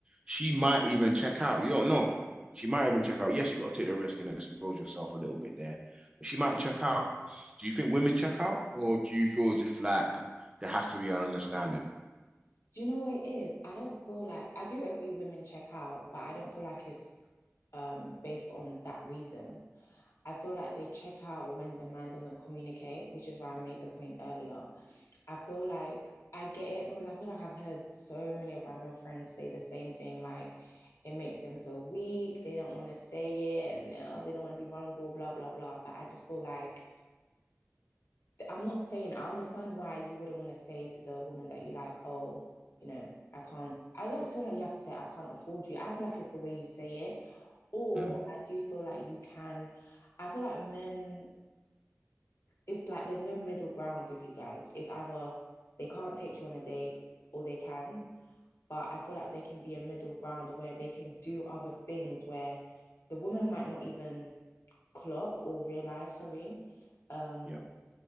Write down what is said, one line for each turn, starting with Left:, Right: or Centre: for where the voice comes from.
Right: She might even check out. You don't know. She might even check out. Yes, you got to take the risk and expose yourself a little bit there, but she might check out. Do you think women check out, or do you feel as if like there has to be an understanding?
Left: Do you know what it is? I don't feel like I do agree women check out, but I don't feel like it's um based on that reason. I feel like they check out when the man doesn't communicate, which is why I made the point earlier. I feel like I get it because I feel like I've heard so many of my male friends say the same thing, like it makes them feel weak, they don't want to say it, and uh, they don't want to be vulnerable, blah, blah, blah. But I just feel like I'm not saying I understand why you wouldn't want to say to the woman that you like, oh, you know, I can't. I don't feel like you have to say I can't afford you. I feel like it's the way you say it, or
Right: Mm,
Left: I do feel like you can. I feel like men. It's like there's no middle ground with you guys. It's either they can't take you on a date or they can, but I feel like there can be a middle ground where they can do other things where the woman might not even clock or realize, sorry, um,
Right: yeah,